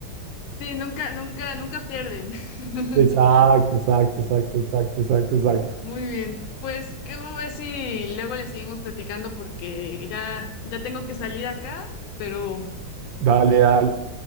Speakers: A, on the left; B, on the right.
A: Sí, nunca, nunca, nunca pierden. <laughs>
B: Exacto, exacto, exacto, exacto, exacto, exacto.
A: Muy bien, pues, ¿cómo ves si luego le seguimos platicando? Porque ya, ya tengo que salir acá, pero
B: Dale, dale,